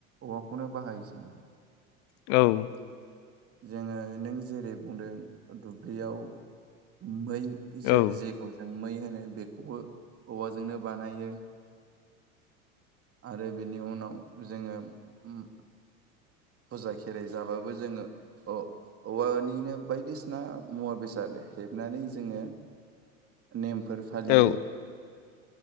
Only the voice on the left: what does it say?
औ
औ
औ